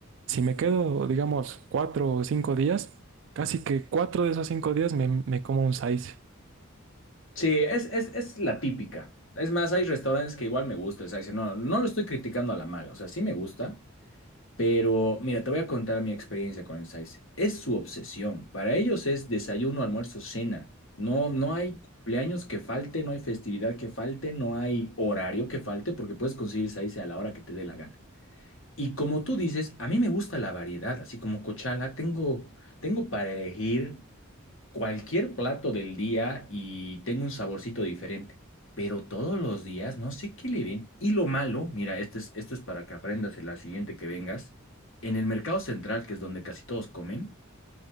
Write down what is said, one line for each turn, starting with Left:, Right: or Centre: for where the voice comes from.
Right: si me quedo, digamos, cuatro o cinco días, casi que cuatro de esos cinco días me, me como un saice.
Left: Sí, es, es, es la típica. Es más, hay restaurantes que igual me gusta. O sea, dice, no, no lo estoy criticando a la mala. O sea, sí me gusta. Pero mira, te voy a contar mi experiencia con el Saize. Es su obsesión. Para ellos es desayuno, almuerzo, cena. No, no hay cumpleaños que falte, no hay festividad que falte, no hay horario que falte, porque puedes conseguir Saize a la hora que te dé la gana. Y como tú dices, a mí me gusta la variedad, así como Cochala, tengo, tengo para elegir cualquier plato del día y tengo un saborcito diferente, pero todos los días no sé qué le ven. Y lo malo, mira, esto es, esto es para que aprendas en la siguiente que vengas. En el mercado central, que es donde casi todos comen,